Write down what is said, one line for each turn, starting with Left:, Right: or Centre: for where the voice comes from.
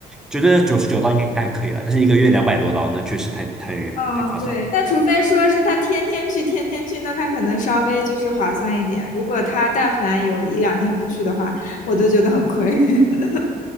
Centre: 觉得九十九刀应该还可以了，但是一个月两百多刀，那确实太太太夸张了。
Left: 嗯，对，但除非说是他天天去，天天去，那他可能稍微就是划算一点，如果他但凡有一两天不去的话，我都觉得很亏。<laughs>